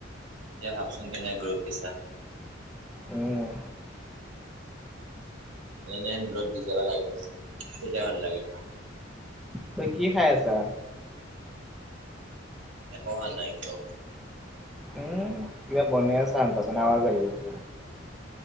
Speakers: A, on the right (about 85°); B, in the centre.
A: এতিয়া ভাবচোন কেনে গ্ৰ'থ দিছা।
B: উম।
A: এনেহেন ব্লড দি যাবা লাগে, তেতিয়া ভাল লাগে।
B: তই কি খাই আছা?
A: একো খোৱা নাই, কিয়?
B: উম, কিবা বনেই আছা <unintelligible> আৱাজ আহি আছে।